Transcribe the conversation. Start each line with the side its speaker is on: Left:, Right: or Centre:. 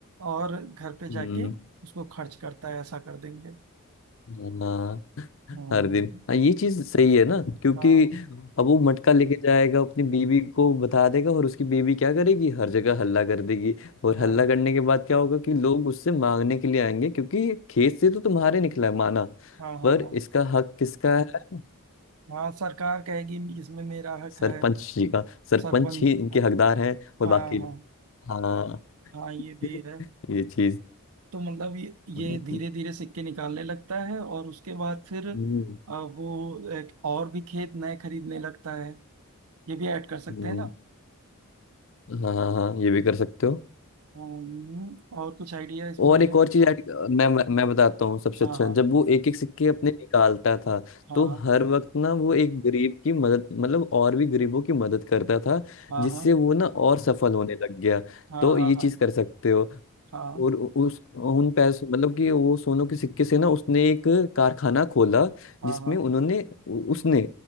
Right: और घर पे जाके
Left: हम्म
Right: उसको खर्च करता है ऐसा कर देंगे
Left: हाँ
Right: हम्म,
Left: हर दिन हाँ ये चीज सही है ना क्योंकि
Right: हाँ
Left: अब वो मटका लेके जाएगा अपनी बीवी को बता देगा और उसकी बीवी क्या करेगी हर जगह हल्ला कर देगी और
Right: हाँ
Left: हल्ला करने के बाद क्या होगा कि लोग उससे मांगने के लिए आएंगे क्योंकि खेत से तो तुम्हारे निकला है माना
Right: हाँ हाँ
Left: पर
Right: हाँ
Left: इसका हक किसका है
Right: हाँ सरकार कहेगी इसमें मेरा हक
Left: सरपंच
Right: है
Left: जी का सरपंच
Right: सरपंच
Left: ही इनके
Right: हाँ
Left: हकदार हैं और
Right: हाँ
Left: बाकी
Right: हाँ
Left: लोग हाँ
Right: हाँ, ये भी
Left: <laughs>
Right: है
Left: ये चीज
Right: तो मतलब ये ये
Left: हम्म
Right: धीरे धीरे सिक्के निकालने लगता है और उसके बाद फिर
Left: हम्म,
Right: अ, वो एक और भी खेत नए खरीदने लगता है ये भी ऐड कर सकते
Left: हम्म,
Right: हैं ना
Left: हाँ हाँ हाँ, ये भी कर सकते हो
Right: हम्म, और कुछ आइडिया इसमें
Left: और एक और चीज
Right: हाँ
Left: ऐड मैं मैं बताता हूँ सबसे
Right: हाँ
Left: अच्छा जब वो एक एक सिक्के अपने निकालता था
Right: हाँ
Left: तो हर वक्त ना वो एक गरीब की मदद मतलब और भी गरीबों की मदद करता था
Right: हाँ
Left: जिससे
Right: हाँ हाँ
Left: वो ना और सफल होने लग गया
Right: हाँ
Left: तो ये
Right: हाँ
Left: चीज कर सकते हो
Right: हाँ
Left: और उ- उस उन पैसे मतलब कि वो सोनों के सिक्के से ना उसने एक कारखाना खोला
Right: हाँ
Left: जिसमें उन्होंने उ- उसने